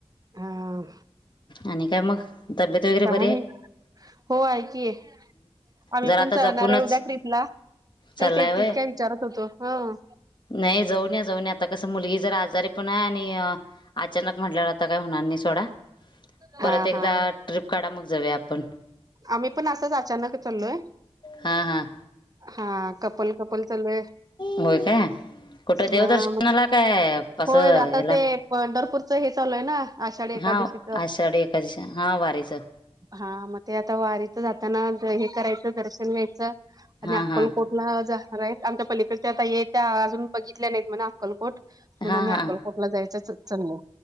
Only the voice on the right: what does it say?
हा
काय
नाही
हो आहे की, आम्ही
पण
जाणार आहे उद्या ट्रीपला.
तेच येतीस
काय विचारत होतो? हं.
हा
हा
आम्ही पण असंच अचानक चाललोय.
हां कपल, कपल चाललोय.
हां मग,
होय आता
ते पंढरपूरचं हे चालू हाय ना, आषाढी एकादशी
हा, मग ते आता वारीच जाताना हे करायचं दर्शन करायचं आणि
अक्कलकोटला
जाणार आहेत. आमच्या पलीकडच्या ताई हाईत त्या अजून बघितल्या नाहीत म्हणा. अक्कलकोट, म्हणून
आम्ही
अक्कलकोटला जायच चाललय.